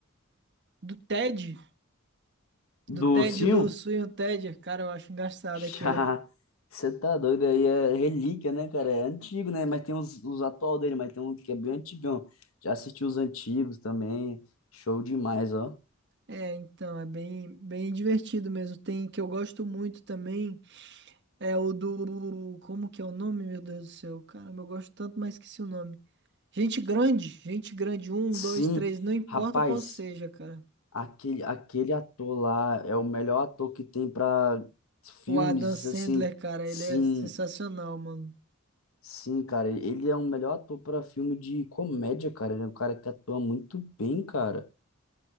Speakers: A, on the right; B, on the left.
A: do Ted,
B: Do
A: do Ted
B: Sil?
A: do Sweeney Ted. Cara, eu acho engraçado
B: Já,
A: aquele.
B: você tá doido aí, é relíquia, né, cara? É antigo, né? Mas tem os, os atual dele, mas tem um que é bem antigão. Já assisti os antigos também, show demais, ó.
A: É, então, é bem bem divertido mesmo. Tem que eu gosto muito também, é o do como que é o nome, meu Deus do céu. Caramba, eu gosto tanto, mas esqueci o nome. Gente grande, gente grande, um,
B: Sim,
A: dois, três, não importa
B: rapaz,
A: qual seja, cara.
B: aquele, aquele ator lá é o melhor ator que tem pra filmes,
A: O Adam Sandler,
B: assim.
A: cara,
B: Sim,
A: ele é sensacional, mano
B: sim, cara, ele é o melhor ator pra filme de comédia, cara. Ele é um cara que atua muito bem, cara.